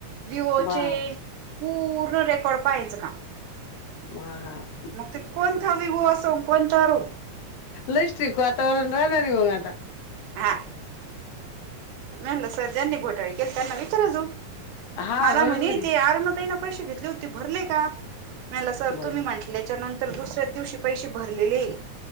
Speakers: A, on the right; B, on the left.
A: विवोचे-
B: बाप
A: पूर्ण रेकॉर्ड पहायचं काम.
B: माप.
A: मग ते कोणथा विवो असो. अन कोणता रावो.
B: लई स्ट्रिक्ट वातावरण राहणार आहे मंग आता.
A: हां. म्हणलं सर ज्यांनी घोटाळे केले त्यांना विचारा जाऊन.
B: हा
A: मला
B: बरोबर
A: म्हणे
B: आहे
A: ते अरुणा ताईन पैसे घेतले होते. ते भरले का? मी म्हणलं सर
B: बाई
A: तुम्ही म्हटलं- -ल्याच्या नंतर दुसऱ्याच दिवशी पैसे भरलेले ए.